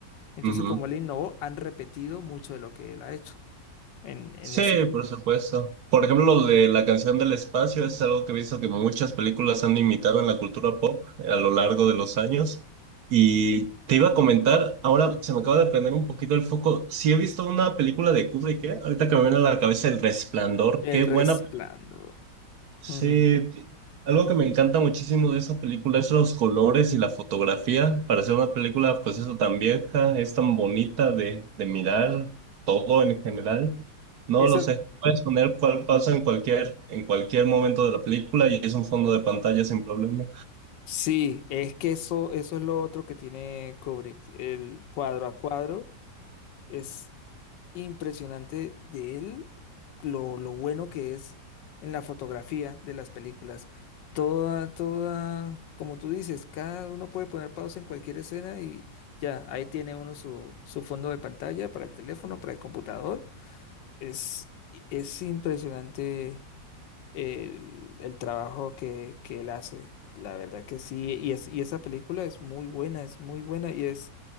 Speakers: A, on the left; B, on the right.
A: Entonces,
B: Ujú.
A: como él innovó, han repetido mucho de lo que él ha hecho en, en
B: Sí,
A: ese...
B: por supuesto. Por ejemplo, lo de la canción del espacio es algo que he visto que muchas películas han imitado en la cultura pop a lo largo de los años. Y te iba a comentar, ahora se me acaba de prender un poquito el foco. Sí he visto una película de Kubrick, ¿eh? Ahorita que me viene a la cabeza El Resplandor.
A: El
B: Qué
A: resplandor.
B: buena Sí,
A: Mm.
B: ti- algo que me encanta muchísimo de esa película es los colores y la fotografía. Para ser una película, pues eso tan vieja, es tan bonita de, de mirar todo en general. No
A: Esa...
B: lo sé. Puedes poner cuál pasa en cualquier, en cualquier momento de la película y es un fondo de pantalla sin problema.
A: Sí, es que eso, eso es lo otro que tiene Kubrick. El cuadro a cuadro es impresionante de él, lo, lo bueno que es en la fotografía de las películas. Toda, toda, como tú dices, cada uno puede poner pausa en cualquier escena y ya, ahí tiene uno su, su fondo de pantalla para el teléfono, para el computador. Es, es impresionante el, el trabajo que, que él hace. La verdad que sí. Y, es, y esa película es muy buena, es muy buena. Y es,